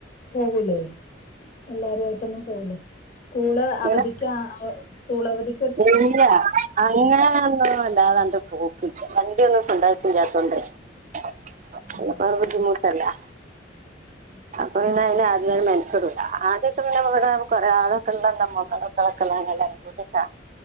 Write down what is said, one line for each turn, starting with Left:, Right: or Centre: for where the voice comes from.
Left: പോകൂലേ എല്ലാരുമായിട്ടൊന്നും പോകൂലേ. സ്കൂള്
Right: എങ്ങനെ
Left: അവധിക്കാ ഏ സ്കൂൾ അവധി
Right: ഇല്ല അങ്ങനൊന്നുല്ല അതാ അന്റെ <unintelligible> പോക്ക് വണ്ടിയൊന്നും സൊന്തായിട്ട് ഇല്ലാത്തോണ്ടേ <unintelligible>
Left: ആഹ്
Right: അതു ബുദ്ധിമുട്ടല്ലേ.
Left: <unintelligible>
Right: പിന്നെ അതില് ആദ്യം തന്നെ മെനക്കെടൂല ആദ്യൊക്കെ പിന്നെ ഇവിടെ കൊറെ ആളൊക്കെള്ള മമ്മളക്കളൊക്കെള്ള <unintelligible> <unintelligible>